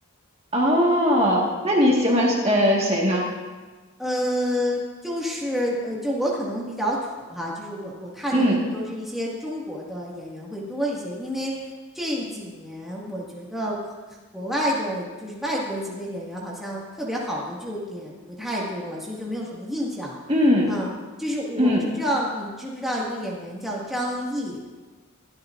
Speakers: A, on the right; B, in the centre.
A: 哦，那你喜欢呃谁呢？
B: 呃，就是呃，就我可能比较土哈，就是我我看的可能都是一些中国的演员会多一些，
A: 嗯
B: 因为这几年我觉得国外的，就是外国籍的演员好像特别好的就也不太多了，所以就没有什么印象。
A: 嗯
B: 嗯，就是我不知道你知不知道一个演员叫张译，
A: 嗯，